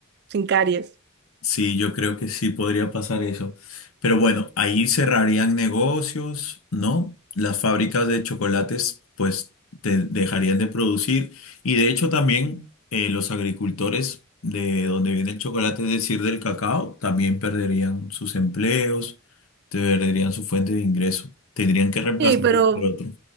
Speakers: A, on the right; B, on the left.
A: sin caries.
B: Sí, yo creo que sí podría pasar eso. Pero bueno, ahí cerrarían negocios, ¿no? Las fábricas de chocolates pues te dejarían de producir y de hecho también eh, los agricultores de donde viene el chocolate, es decir, del cacao, también perderían sus empleos, perderían su fuente de ingreso, tendrían que reemplazarlo
A: Sí, pero,
B: por otro.